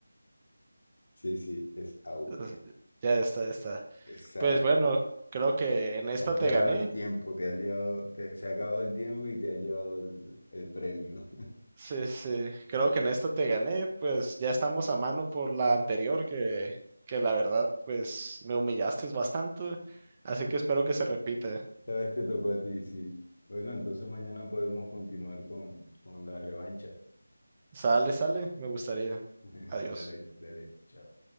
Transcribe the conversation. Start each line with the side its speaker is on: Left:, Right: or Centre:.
Left: Sí, sí, es AU.
Right: Es- Ya está, ya está.
Left: Exacto.
Right: Pues bueno, creo que
Left: Te
Right: en esta
Left: te has
Right: te
Left: llevado
Right: gané.
Left: el tiempo, te has llevado, te- se ha acabado el tiempo y te has llevado el, el premio.
Right: Sí, sí, creo que en esta te gané. Pues ya estamos a mano por la anterior, que, que la verdad, pues me humillaste bastante. Así que
Left: <laughs>
Right: espero que se repita.
Left: Esta vez te tocó a ti, sí. Bueno, entonces mañana podemos continuar con, con la revancha.
Right: Sale, sale, me gustaría.
Left: <laughs>
Right: Adiós.
Left: Dale, dale, chao.